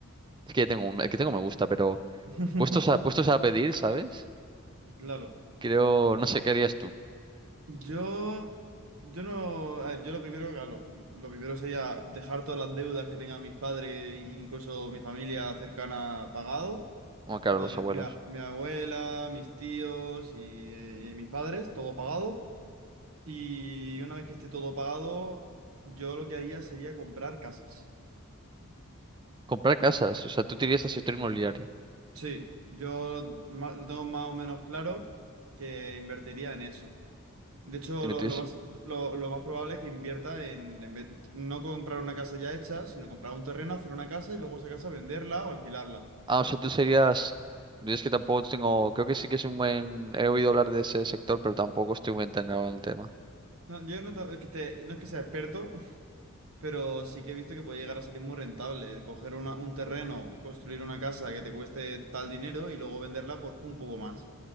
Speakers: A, on the right; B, on the right.
A: es que ya tengo un, el que tengo me gusta, pero
B: <laughs>
A: puestos a, puestos a pedir, ¿sabes?
B: Claro.
A: Creo, no sé, ¿qué harías tú?
B: Yo, yo no, a ver, yo lo primero, claro, lo primero sería dejar todas las deudas que tengan mis padres e incluso mi familia cercana pagado.
A: Bueno, claro,
B: Lo
A: los
B: de
A: abuelos.
B: mi, mi a- mi abuela, mis tíos y eh, mis padres, todo pagado. Y una vez que esté todo pagado, yo lo que haría sería comprar casas.
A: Comprar casas, o sea, tú te irías al sector inmobiliario.
B: Sí, yo ma- lo tengo más o menos claro que invertiría en eso. De hecho,
A: Te meterías
B: lo, lo más,
A: en-
B: lo, lo más probable es que invierta en, en vez- no comprar una casa ya hecha, sino comprar un terreno, hacer una casa y luego esa casa venderla o alquilarla.
A: Ah, o sea, tú serías... Yo Es que tampoco tengo... Creo que sí que es un buen... He oído hablar de ese sector, pero tampoco estoy muy enterado en el tema.
B: No, yo no, ta- es que te- no es que sea experto, Pero sí que he visto que puede llegar a salir muy rentable. Coger una- un terreno, construir una casa que te cueste tal dinero y luego venderla por un poco más.